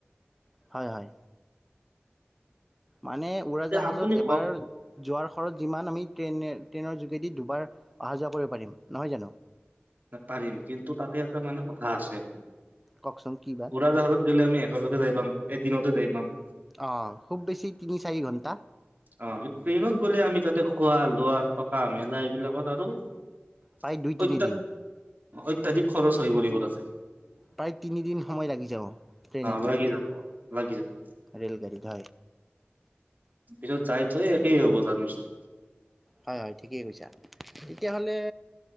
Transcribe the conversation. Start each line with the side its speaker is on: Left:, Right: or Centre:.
Centre: হয় মানে উৰাজাহাজত
Right: এতিয়া আপুনি
Centre: এবাৰ
Right: কওক
Centre: যোৱাৰ ঘৰত যিমান আমি ট্ৰেইনে ট্ৰেইনৰ যোগেদি দুবাৰ অহা যোৱা কৰিব পাৰিম, নহয় জানো।
Right: পাৰিম কিন্তু তাতে এটা মানে কথা আছে।
Centre: কওকচোন কি বা
Right: উৰাজাহাজত গেলে আমি একেলগে যাই পাম। এদিনতো যাই পাম।
Centre: অ', খুব বেছি তিনি চাৰি ঘণ্টা।
Right: অ', কিন্তু ট্ৰেইনত গ'লে আমি তাতে খোৱা লোৱা থকা মেলা এইবিলাকত আৰু <unintelligible>
Centre: প্ৰায় দুই তিনিদিন
Right: অত্যাধিক খৰচ হৈ পৰিব তাতে।
Centre: প্ৰায় তিনিদিন সময় লাগি যাব। ট্ৰেইনেদি
Right: অ', লাগি যাব। <unintelligible>
Centre: ৰেলগাড়ীত, হয়।
Right: পিছত যাই থৈ একেই হ'ব তাৰপিছত।
Centre: হয়, হয় ঠিকেই কৈছা তেতিয়াহ'লে